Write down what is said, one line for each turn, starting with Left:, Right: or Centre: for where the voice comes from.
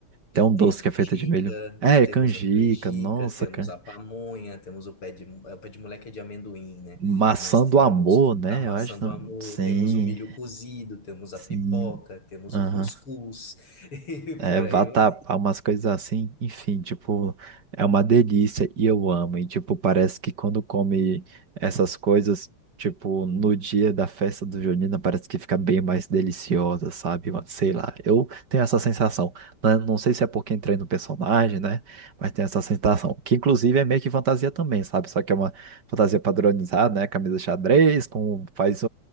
Right: Tem um
Left: Tem
Right: doce
Left: a canjica,
Right: que é feito de milho. É,
Left: temos
Right: canjica,
Left: a canjica,
Right: nossa,
Left: temos
Right: cara.
Left: a pamonha, temos o pé de, é, o pé de moleque é de amendoim, né?
Right: Maçã
Left: Mas temos
Right: do amor, né?
Left: a maçã
Right: Eu acho.
Left: do amor,
Right: Sim,
Left: temos o milho cozido, temos a
Right: sim.
Left: pipoca, temos
Right: Aham.
Left: o cuscuz, <laughs> e
Right: É,
Left: por
Right: vatapá,
Left: aí vai.
Right: umas coisas assim, enfim, tipo, é uma delícia e eu amo. E, tipo, parece que quando come essas coisas, tipo, no dia da festa do Junina, parece que fica bem mais deliciosa, sabe? Uma- Sei lá, eu tenho essa sensação. Né? Não sei se é porque entrei no personagem, né? Mas tenho essa sensação, que inclusive é meio que fantasia também, sabe? Só que é uma fantasia padronizada, né? Camisa xadrez, com, faz